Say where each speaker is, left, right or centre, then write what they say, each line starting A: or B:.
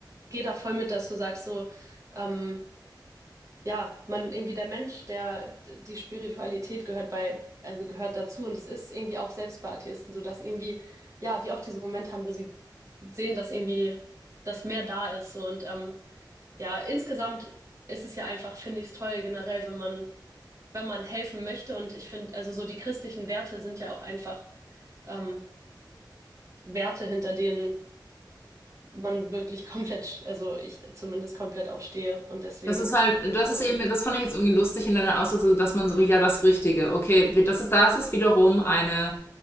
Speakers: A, on the right (about 40°); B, on the left (about 30°).
A: gehe da voll mit, dass du sagst, so, ähm, ja, man irgendwie der Mensch, der die Spiritualität gehört bei, also gehört dazu und es ist irgendwie auch selbst bei Atheisten so, dass irgendwie, ja, die auch diesen Moment haben, wo sie sehen, dass irgendwie das mehr da ist so, und ähm, ja, insgesamt ist es ja einfach, finde ich es toll, generell, wenn man, wenn man helfen möchte. Und ich finde, also so die christlichen Werte sind ja auch einfach ähm, Werte, hinter denen man wirklich <laughs> komplett, sch- also ich zumindest komplett auch stehe. Und deswegen,
B: Das ist halt, das
A: ähm,
B: ist eben, das fand ich jetzt irgendwie lustig in deiner Aussage, dass man so, ja, das Richtige, okay, wir- das ist, das ist wiederum eine